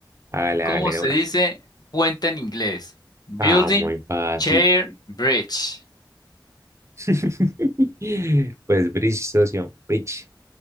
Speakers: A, on the right; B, on the left.
A: hágale,
B: ¿Cómo
A: hágale de
B: se
A: una.
B: dice puente en inglés? Building,
A: Ah, muy fácil.
B: chair, bridge.
A: <laughs> Pues bridge, socio, bridge.